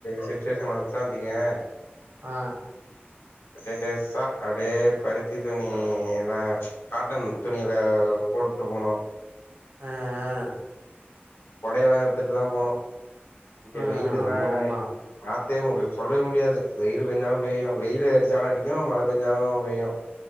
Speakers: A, on the left (about 85°); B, on the right (about 65°).
A: சிச்சுவேஷன் வந்துசினா வச்சிக்கியே
B: ஆ
A: லேசா அப்டியே பருத்தி துணிதா காட்டன் துணியில போட்டு போணு
B: ஆ ஆ
A: கொடையெல்லா எடுத்துட்டு தா போணு இங்கே
B: ஆ ஆ
A: வெய்யிலு
B: ஆமா
A: தா
B: ஆமா
A: ஆத்தே உங்ளுக்கு சொல்லவே முடியாது வெய்யிலு பேஞ்சாலும் பெய்யு வெய்யிலு அடிச்சாலு அடிக்கு மழ பேஞ்சாலு பெய்யு